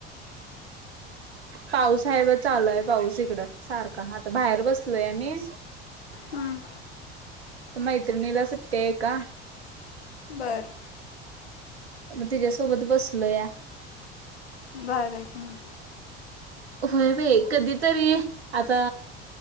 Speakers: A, on the right; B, on the left.
A: पाऊस आहे बग, चालुय पाऊस इकड. सारखा, आता बाहेर बसलोय आम्ही.
B: हम्म,
A: मैत्रिणीला सुट्टी आहे का?
B: बरं
A: म तिच्यासोबत बसलोया. <inaudible>
B: बरं आहे की मग.
A: होय बई, कधी तरी आता